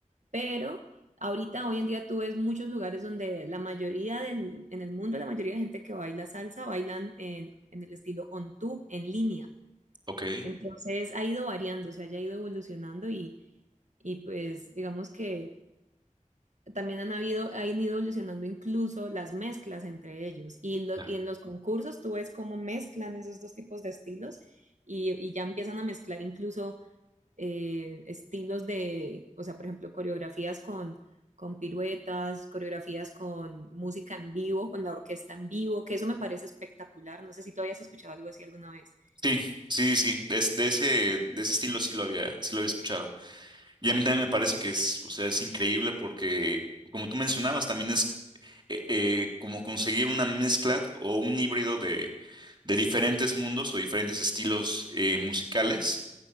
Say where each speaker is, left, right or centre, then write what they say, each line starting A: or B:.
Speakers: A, on the right (about 65°); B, on the right (about 35°).
A: pero ahorita, hoy en día, tú ves muchos lugares donde la mayoría del, en el mundo, la mayoría de gente que baila salsa bailan en, en el estilo on two, en línea.
B: ok,
A: Entonces ha ido variando, o sea, ya ha ido evolucionando y, y pues digamos que también han habido, han ido evolucionando incluso las mezclas entre ellos. Y, lo-
B: claro.
A: y en los concursos tú ves cómo mezclan esos dos tipos de estilos y, y ya empiezan a mezclar incluso eh, estilos de, o sea, por ejemplo, coreografías con, con piruetas, coreografías con música en vivo, con la orquesta en vivo, que eso me parece espectacular. No sé si tú habías escuchado algo así alguna vez.
B: Sí, sí, sí, de, es- de ese, de ese estilo sí lo había, sí lo había escuchado. Y a mí también me parece que es, o sea, es increíble porque, como tú mencionabas, también es eh, eh, como conseguir una mezcla o un híbrido de, de diferentes mundos o diferentes estilos eh, musicales